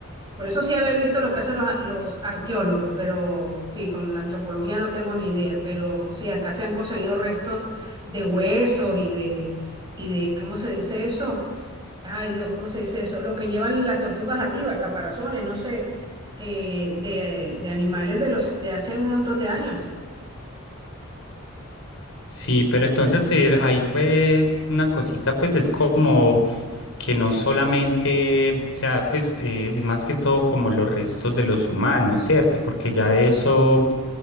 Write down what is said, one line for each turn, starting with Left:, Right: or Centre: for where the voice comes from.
Right: Por eso sí había visto lo que hacen los, a- los arqueólogos, pero sí, con la antropología no tengo ni idea. Pero sí, acá se han conseguido restos de huesos y de, y de, ¿cómo se dice eso? Ay, Dios, ¿cómo se dice eso? Lo que llevan las tortugas arriba, caparazones, no sé, eh, de, de animales de los de hace un montón de años.
Left: Sí, pero entonces eh, ahí pues una cosita pues es como que no solamente, o sea, pues eh, es más que todo como los restos de los humanos, ¿cierto? Porque ya eso